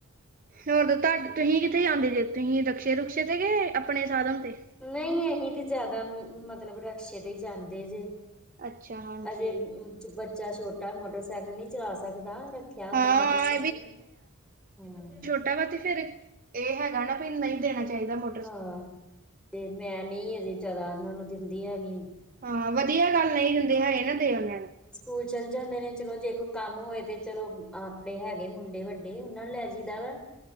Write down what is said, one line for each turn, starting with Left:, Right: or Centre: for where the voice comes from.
Right: ਹੋਰ ਤੁਹਾਡੇ ਤੁਸੀਂ ਕਿੱਥੇ ਜਾਂਦੇ ਜੇ ਤੁਸੀਂ ਰਕਸ਼ੇ -ਰੁਕਸ਼ੇ ਤੇ ਕੇ ਆਪਣੇ ਸਾਧਨ ਤੇ?
Centre: ਨਹੀਂ, ਅਸੀਂ ਤੇ ਜ਼ਿਆਦਾ ਮਤਲਬ ਰਕਸ਼ੇ ਤੇ ਹੀ ਜਾਂਦੇ ਜੇ।
Right: ਅੱਛਾ ਹਾਂਜੀ
Centre: ਅਜੇ ਬੱਚਾ ਛੋਟਾ ਮੋਟਰਸਾਈਕਲ ਨਹੀਂ ਚਲਾ ਸਕਦਾ ਰੱਖ। ਪਿਆ
Right: ਹਾਂ
Centre: ਦਾ ਮੋਟਰਸਾਈਕਲ ਹਮ।
Right: ਮੋਟਾ ਵਾ ਤਾ ਫੇਰ ਇਹ ਹੈਗਾ ਨਾ ਵੀ ਨਹੀਂ ਦੇਣਾ ਚਾਹੀਦਾ ਮੋ
Centre: ਹਾਂ ਤੇ ਮੈਂ ਨਹੀਂ ਹਜੇ ਜਿਆਦਾ ਇਹਨਾਂ ਨੂੰ ਦਿੰਦੀ ਹੈਗੀ।
Right: ਹਾਂ ਵਧੀਆ ਗੱਲ ਨਹੀਂ ਦਿੰਦੇ ਹੈਗੇ ਨਾ ਦੇਵੋ ਨਾ।
Centre: ਸਕੂਲ ਚਲੇ ਜਾਂਦੇ ਨੇ, ਚਲੋ ਜੇ ਕੋਈ ਕੰਮ ਹੋਏ ਤੇ ਚਲੋ ਆਪਣੇ ਹੈਗੇ ਮੁੰਡੇ ਵੱਡੇ ਉਹਨਾਂ ਨੂੰ ਲੈ ਜੀਦਾ ਵਾ। <unintelligible>